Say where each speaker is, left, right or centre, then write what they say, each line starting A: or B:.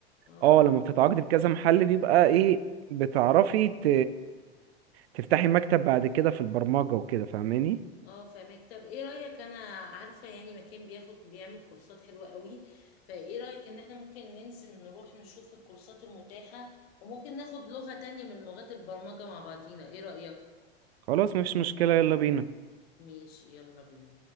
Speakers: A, on the left (about 70°); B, on the right (about 70°).
A: اه
B: اه لما بتتعاقد بكذا محل بيبقى ايه بتعرفي ت... تفتحي مكتب بعد كده في البرمجه وكده فاهماني
A: اه فاهمك طب ايه رأيك انا عارفة يعني مكان بياخد بيعمل كورسات حلوة قوي فايه رأيك ان احنا ممكن ننزل نروح نشوف الكورسات المتاحة وممكن ناخد لغة تانية من لغات البرمجة مع بعضينا ايه رأيك
B: خلاص مفيش مشكله يلا بينا
A: ماشي يلا بينا